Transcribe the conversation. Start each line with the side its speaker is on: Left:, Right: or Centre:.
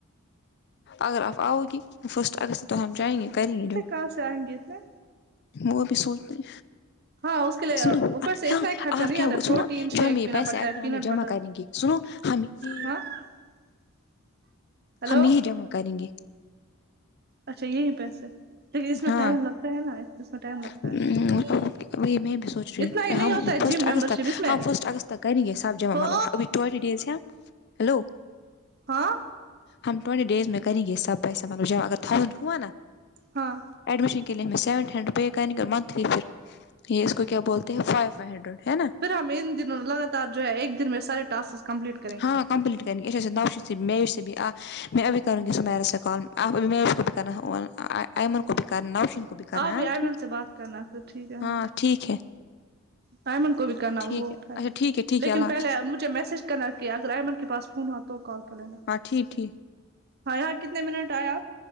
Left: اگر آپ آؤ گی فسٹ اگست ہم چائیں گے کر گے
Right: کیاسئیں گتنا
Left: وہ بھی سوچتے ہے
Right: ہاں اس کے لیے
Left: سنو
Right: اوپر سے اتنا
Left: ہاں
Right: ہی خرچہ
Left: آپ
Right: نہیں
Left: کیا
Right: آتا ہے پروٹین
Left: سنو جو
Right: شیک
Left: ہم میر
Right: پینا
Left: پیسے
Right: پڑتا
Left: آئے
Right: ہے
Left: اتنے
Right: پینٹ
Left: ہمیں جمع
Right: بٹر
Left: کریں گے سنو ہم کی
Right: ہاں <inaudible> ہلو
Left: ہم ہی جمع کریں گے
Right: اچھا یہی پیسے لیکن اس میں
Left: ہاں
Right: ٹائم لگتا ہے نا اس میں ٹائم لگتا
Left: ام،
Right: ہے
Left: وہی میں بھی سوچ رہی
Right: اتنا
Left: ہوں
Right: ہی نہیں
Left: ہم
Right: ہوتا ہے
Left: فسٹ
Right: جم
Left: اگستک
Right: ممبر شپ اس میں
Left: ہم فسٹ اگست تک کر گ یہ سب جامع
Right: ہو
Left: ہملب ہم ابھی ٹوئنٹی دیز ہے نہ ہلو
Right: ہاں
Left: ہم ٹئونٹی ڈیز میں کریں گے سب پیسہ ملب اگر تھانڈ ہوا نا
Right: ہاں
Left: ایڈمیشن کے لیے ہمیں سیون ہنڈریڈ پے کریں گے اور منتھلی پھر یہ اس کو کیا بولتے ہیں فائیو ہنڈریڈ ہے نا
Right: پھر ہم ان دنوں لگاتار جو ہے ایک دن میں سارے ٹسکس کمپلیٹ کر
Left: ہاں کمپلیٹ کرنی اچےا نو شید میر سے بھی آہ میں ابھی کروں گی سمیرا سے کال اور مہویش کو بھی کرنا اور نوشین کو بھی کرنا ہے
Right: آپ بھی ایئمن
Left: ٹھیک
Right: سے بات کرنا پھر ٹھیک ہے
Left: ہاں ٹھیک ہے
Right: پیمنٹ کو بھی کرنا
Left: ٹھیک
Right: وہ اٹھائی
Left: ہے اچھا ٹھیک ہے ٹھیک
Right: لیکن
Left: ہے اللہ حافظ
Right: پہلے مجھے میسج کرنا کہ اگر ایئمن کے پس فون ہوا تو کال کر لینا
Left: ہاں ٹھیک ٹھیک
Right: ہاں کتنے منٹ آیا